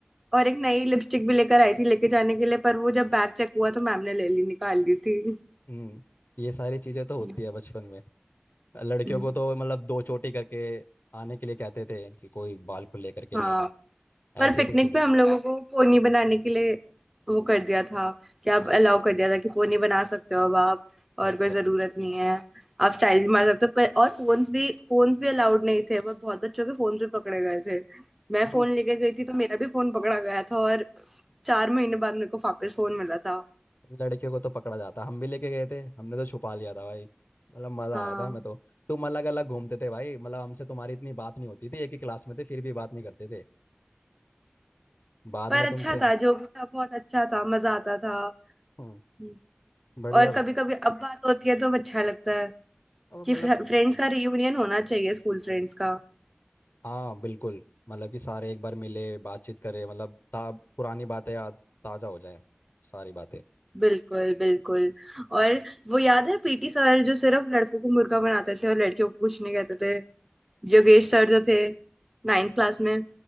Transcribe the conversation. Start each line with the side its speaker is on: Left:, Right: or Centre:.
Centre: और एक नई लिपस्टिक भी लेकर आई थी लेके जाने के लिए पर वो जब बैग चेक हुआ तो मैम ने ले ली निकाल ली थी
Left: हम्म ये सारी चीजें तो होती
Centre: <laughs>
Left: है बचपन में लड़कियों
Centre: हम्म,
Left: को तो मतलब दो चोटी करके आने के लिए कहते थे कि कोई बाल खुले करके
Centre: हाँ
Left: नहीं आए
Centre: पर
Left: ऐसी
Centre: पिकनिक
Left: ऐसी चीजें
Centre: पे हम लोगों को पोनी बनाने के लिए वो कर दिया था कि आप
Left: अच्छा
Centre: अलाउ कर दिया था कि पोनी बना सकते हो अब आप और
Left: अच्छा
Centre: कोई जरूरत नहीं है आप स्टाइल भी मार सकते हो पर और फोन्स भी फोन्स भी अलाउड नहीं थे वो बहुत बच्चों के फोन भी पकड़े गए थे मैं
Left: हम
Centre: फोन लेके गई थी तो मेरा भी फोन पकड़ा गया था और चार महीने बाद मेरे को वापस फोन मिला था
Left: लड़के को तो पकड़ा जाता हम भी लेके गए थे हमने तो छुपा लिया था भाई मतलब मजा
Centre: हाँ
Left: आया था हमें तो तुम अलग अलग घूमते थे भाई मतलब हमसे तुम्हारी इतनी बात नहीं होती थी एक ही क्लास में थे फिर भी बात नहीं करते थे बाद
Centre: पर
Left: में तुमसे
Centre: अच्छा था जो भी था बहुत अच्छा था मजा आता था
Left: हम्म,
Centre: हम्म।
Left: बढ़िया
Centre: और
Left: था
Centre: कभी कभी अब बात होती है तो अच्छा लगता है
Left: और
Centre: कि
Left: मतलब
Centre: फ्रेंड्स का रियूनियन होना चाहिए स्कूल फ्रेंड्स का
Left: हाँ बिल्कुल मतलब कि सारे एक बार मिले बातचीत करें मतलब ता पुरानी बातें याद ताज़ा हो जाए सारी बातें
Centre: बिल्कुल बिल्कुल और वो याद है पीटी सर जो सिर्फ लड़कों को मुर्गा बनाते थे और लड़कियों को कुछ नहीं कहते थे योगेश सर जो थे नाइन्थ क्लास में